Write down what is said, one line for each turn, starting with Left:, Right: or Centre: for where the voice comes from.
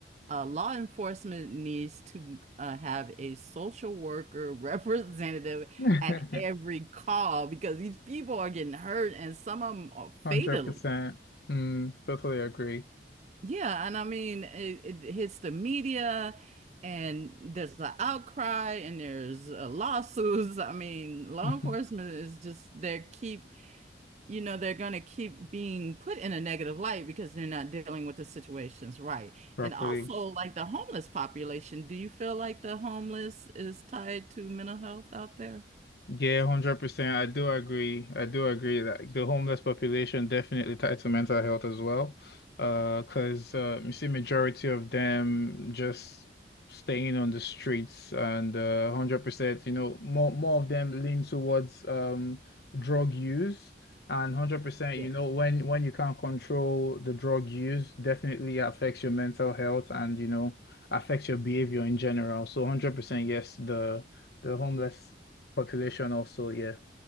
Right: uh, law enforcement needs to uh, have a social worker <laughs> representative
Left: <laughs>
Right: at every call because these people are getting hurt and some of them are
Left: 100%.
Right: fatally.
Left: Mm, totally agree.
Right: Yeah, and I mean, it, it hits the media and there's an outcry and there's uh, lawsuits. I mean, law
Left: <laughs>
Right: enforcement is just they keep you know, they're going to keep being put in a negative light because they're not dealing with the situations right.
Left: Properly.
Right: And also, like the homeless population, do you feel like the homeless is tied to mental health out there?
Left: Yeah, 100%. I do agree. I do agree that the homeless population definitely tied to mental health as well. Uh, 'cause uh, you see majority of them just staying on the streets and uh, 100%, you know, more more of them lean towards um drug use and 100%,
Right: Yes.
Left: you know, when when you can't control the drug use, definitely affects your mental health and, you know, affects your behavior in general. So 100% yes, the the homeless Population also, yeah,